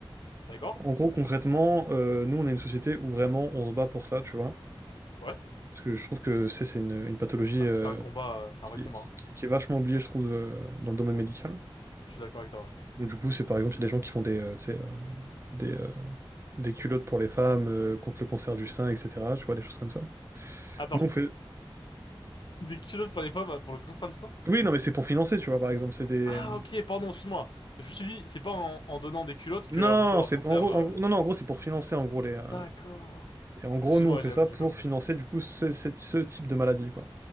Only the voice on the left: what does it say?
D'accord.
Ouais.
Ah,
mais c'est un combat, euh, c'est
un vrai combat.
hein.
Je suis d'accord avec toi, ouais.
Attends,
<laughs> des culottes pour les femmes, euh, pour le cancer du sein?
Ah, ok, pardon, excuse-moi. Je me suis dit, c'est pas en, en donnant des culottes que,
euh, on peut avoir
le cancer.
euh.
D'accord.
Excuse-moi,
ouais, j'ai
j'ai pas compris.